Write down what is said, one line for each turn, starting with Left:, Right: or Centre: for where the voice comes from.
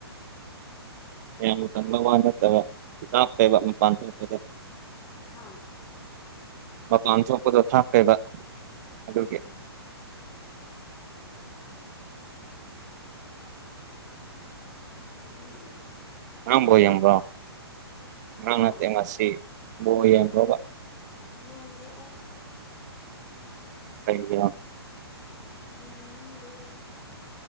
Right: ꯌꯥꯝꯅ ꯇꯟꯕꯩ ꯋꯥ ꯅꯠꯇꯕ ꯂꯥꯞꯄꯦꯕ ꯃꯄꯥꯟ ꯊꯣꯛꯄꯗꯣ
Left: ꯍꯥꯥ
Right: ꯃꯄꯥꯟ ꯊꯣꯛꯄꯗꯣ ꯊꯥꯞꯄꯦꯕ ꯑꯗꯨꯒꯤ
Left: ꯎꯝ ꯎꯝ
Right: ꯉꯔꯥꯡ ꯕꯣꯜ ꯌꯦꯝꯕ꯭ꯔꯣ ꯉꯔꯥꯡ
Left: ꯍꯥ
Right: ꯅꯠꯇꯦ ꯉꯁꯤ ꯕꯣꯜ ꯌꯦꯡꯕ꯭ꯔꯣꯕ
Left: ꯎꯝ ꯌꯦꯡꯗꯦ ꯑꯩ
Right: ꯀꯩꯒꯤꯔꯣ
Left: ꯌꯦꯡꯅꯤꯡꯗꯦ